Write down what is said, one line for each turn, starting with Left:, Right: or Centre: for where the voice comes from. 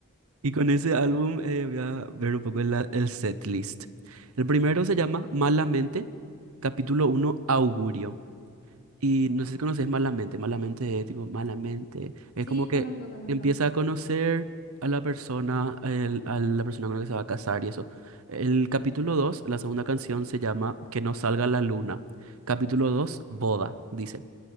Right: Y con ese
Left: Bueno,
Right: álbum eh, voy a ver un poco el, el set list. El primero se llama Malamente, capítulo uno, Augurio. Y
Left: guau.
Right: no sé si conoces Malamente, Malamente, tipo, Malamente. Es
Left: Sí,
Right: como que
Left: conozco, conozco.
Right: empieza a conocer a la persona, el- a la persona con la que se va a casar y eso. El capítulo 2 la segunda canción se llama Que no salga la luna. Capítulo 2 boda, dice.